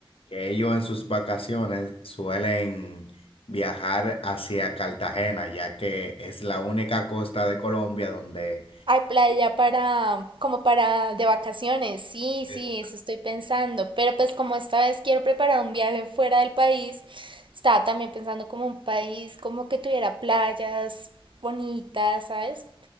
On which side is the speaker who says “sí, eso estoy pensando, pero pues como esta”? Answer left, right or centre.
Right